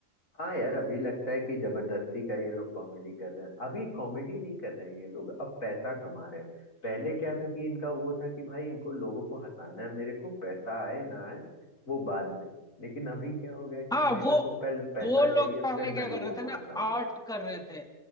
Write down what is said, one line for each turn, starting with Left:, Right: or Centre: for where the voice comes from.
Left: हाँ यार अभी लगता है कि जबरदस्ती का ये लोग कॉमेडी कर रहे हैं अभी कॉमेडी नहीं कर रहे हैं ये लोग अब पैसा कमा रहे हैं पहले क्या था कि इनका वो था कि भाई इनको लोगों को हंसाना है मेरे को पैसा आए ना आए वो बाद में लेकिन अभी क्या हो गया है कि
Centre: हाँ
Left: भाई मेरे
Centre: वो
Left: को पहले पैसा
Centre: वो
Left: चाहिए
Centre: लोग पहले
Left: फिर
Centre: क्या
Left: मैं लोगों
Centre: कर रहे
Left: को
Centre: थे ना
Left: हंसाऊं
Centre: आर्ट कर रहे थे